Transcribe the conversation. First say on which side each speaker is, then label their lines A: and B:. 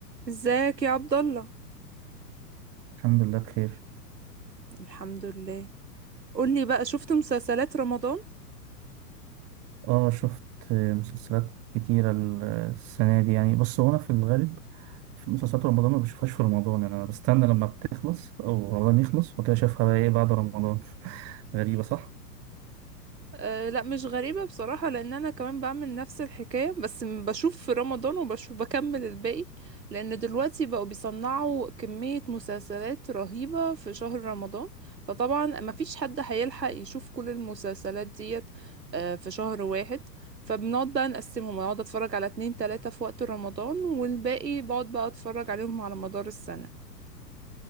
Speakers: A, on the right; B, on the right.
A: ازيك يا عبد الله
B: الحمد لله بخير
A: الحمد لله قولي بقى شفت مسلسلات رمضان
B: اه شفت مسلسلات كتيرة السنة دي يعني بس هو أنا في الغالب في مسلسلات رمضان ما بشوفهاش في رمضان يعني أنا بستنى لما بتخلص أو رمضان يخلص وكده أشوفها بقى إيه بعد رمضان <laughs> غريبة صح؟
A: أه لا مش غريبة بصراحة لأن أنا كمان بعمل نفس الحكاية بس م- بشوف في رمضان وبشوف بكمل الباقي لأن دلوقتي بقوا بيصنعوا كمية مسلسلات رهيبة في شهر رمضان فطبعا مفيش حد هيلحق يشوف كل المسلسلات ديت أه في شهر واحد فبنقعد بقى نقسمهم اقعد اتفرج على اتنين تلاتة في وقت رمضان والباقي بقعد بقى اتفرج عليهم على مدار السنة